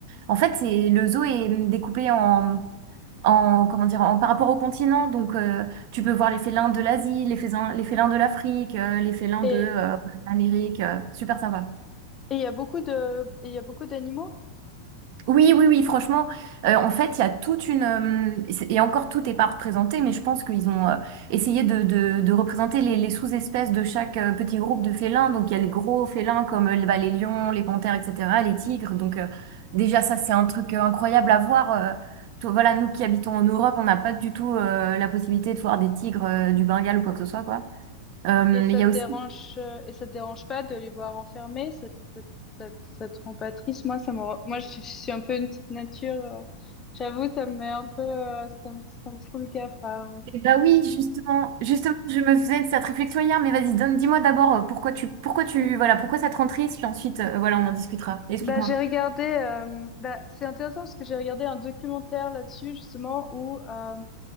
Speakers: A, on the right; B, on the left.
A: en fait, c'est le zoo est découpé en en, comment dire, en, par rapport au continent. Donc, euh, tu peux voir les félins de l'Asie, les félins, les félins de l'Afrique, euh, les félins
B: Et,
A: de euh, l'Amérique. euh, super sympa.
B: et il y a beaucoup de, et il y a beaucoup d'animaux?
A: Oui, oui, oui, franchement, euh, en fait, il y a toute une... euh, et encore, tout n'est pas représenté, mais je pense qu'ils ont euh, essayé de, de- de représenter les, les sous-espèces de chaque euh, petit groupe de félins. Donc, il y a les gros félins comme euh, bah, les lions, les panthères, etc., les tigres. Donc, euh, déjà, ça, c'est un truc euh, incroyable à voir. euh. Toi, voilà, nous qui habitons en Europe, on n'a pas du tout euh, la possibilité de voir des tigres euh, du Bengale ou quoi que ce soit, quoi. Euh, mais
B: Et ça
A: il y
B: te
A: a
B: dérange,
A: aussi...
B: euh, et ça te dérange pas de les voir enfermés? Ça, te- ça, te- ça, te ça te rend pas triste? Moi, ça me, rend- moi, je, suis je suis un peu une petite nature. euh, J'avoue, ça me met un peu, euh, ça me, ça me fout le cafard.
A: Bah oui, justement, justement, je me faisais cette réflexion hier, mais vas-y, donne, dis-moi d'abord euh, pourquoi tu, pourquoi tu, voilà, pourquoi ça te rend triste, puis ensuite, euh, voilà, on en discutera. Explique-moi.
B: Bah, j'ai regardé, euh, bah, c'est intéressant parce que j'ai regardé un documentaire là-dessus, justement, où, euh,